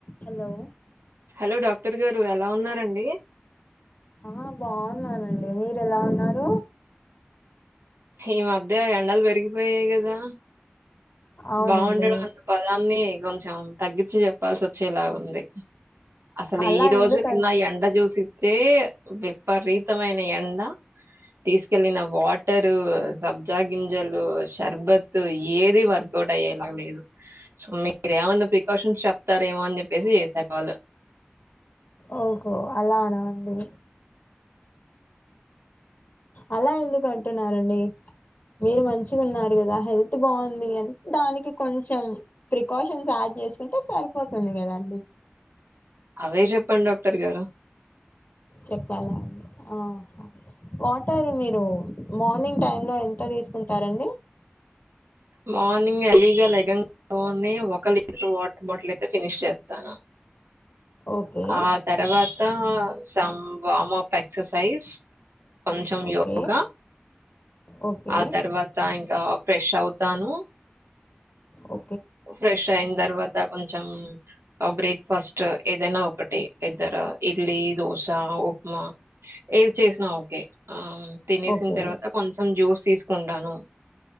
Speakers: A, on the left (about 45°); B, on the right (about 80°).
A: హలో
B: హలో డాక్టర్ గారు ఎలా ఉన్నారండి
A: ఆ బాగున్నానండి మీరు ఎలా ఉన్నారు
B: ఈ మధ్య ఎండలు పెరిగిపోయాయి కదా
A: అవునండి
B: బాగుండడం అన్న పదాన్ని కొంచం తగ్గించి చెప్పాల్సి వచ్చేలా ఉంది అసలు
A: అలా
B: ఈ రోజు
A: ఎందుకం
B: నిన్న ఎండ చూసి తే విపరీతమైన ఎండ తీసుకెళ్లిన వాటరు సబ్జా గింజలు షర్బత్ ఏది వర్ కోటయ్యేలా లేదు సో మీరు ఏమైన్నా ప్రికాషన్స్ చెప్తారేమో అని చెప్పేసి చేసా కాల్
A: ఓహో అలానా అండి అలా ఎందుకు అంటున్నారండి మీరు మంచిగా ఉన్నారు కదా హెల్త్ బాగుంది అని దానికి కొంచం ప్రికాషన్స్ యాడ్ చేసుకుంటే సరిపోతుంది కదా అన్నీ
B: అవే చెప్పండి డాక్టర్ గారు
A: చెప్పాలా ఆ వాటర్ మీరు మార్నింగ్ టైమ్ లో ఎంత తీసుకుంటారండి
B: మార్నింగ్ ఎర్లీ గా లెగగానే ఒక లీటర్ వాటర్ బాటిల్ అయితే ఫినిష్ చేస్తాను
A: ఓకే
B: ఆ తర్వాత సామ్ వామ్ అప్ ఎక్ససైజ్ కొంచం
A: ఓకే
B: యోగా
A: ఓకే
B: ఆ తర్వాత ఇంకా ఫ్రెష్ అవు తాను
A: ఓ
B: ఫ్రెష్ అయిం తర్వాత కొంచం బ్రేక్ఫాస్ట్ ఏదైనా ఒకటి ఎదర్ ఇడ్లీ దో స ఉప్మా ఏది చేసినా ఓకే ఆ తినేసిన
A: ఓకే
B: తర్వాత కొంచం జ్యూస్ తీసుకుంటాను